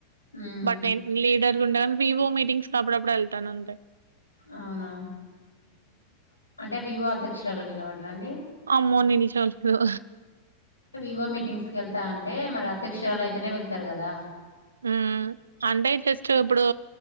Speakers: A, on the left; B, on the right.
A: మ్మ్
B: బట్ లీడర్ ంట వివో మీటింగ్స్ అప్పుడప్పుడు వెళ్తాను అంతే
A: అవునా అంటే వివో అధ్యక్షురాలు నిలవా రని
B: అమ్మో నేనూ ఏం చేయను
A: వివో మీటింగ్స్ క వెళ్తా అంటే మరి అధ్యక్షురాలు అయితేనే వెళ్తారు కదా
B: హ్మ్. అంటే జస్ట్ ఇప్పుడు